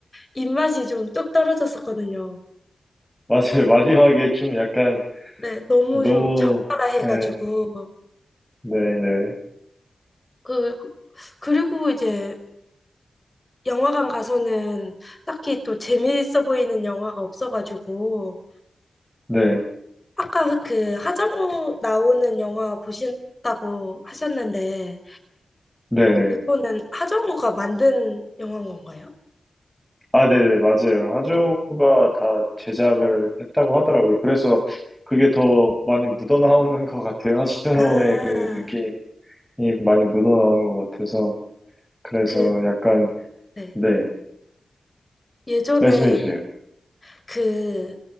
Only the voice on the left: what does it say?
입맛이 좀 뚝 떨어졌었거든요.
네, 너무
좀 적나라 해가지고
그 그리고 이제 영화관 가서는 딱히 또 재미있어 보이는 영화가 없어가지고
아까 그 하정우 나오는 영화 보신다고 하셨는데,
그거는 하정우가 만든 영화인 건가요?
아,
그,
네.
예전에
그,